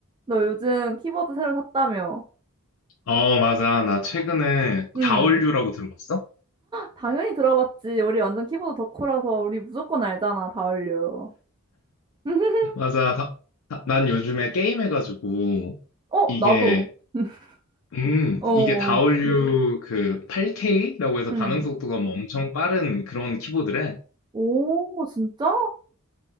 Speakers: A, on the right; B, on the left.
A: 너 요즘 키보드 새로 샀다며?
B: 어, 맞아. 나 최근에
A: 응.
B: 다얼류라고 들어봤어?
A: 당연히 들어봤지. 우리 완전 키보드 덕후라서 우리 무조건 알잖아, 다을류. <laughs>
B: 맞아. 다- 다- 난 요즘에 게임해가지고
A: 어,
B: 이게
A: 나도. <laughs>
B: 음,
A: 어,
B: 이게 다얼류 그 8K라고 해서
A: 응,
B: 반응 속도가 뭐 엄청 빠른 그런 키보드래.
A: 오, 진짜?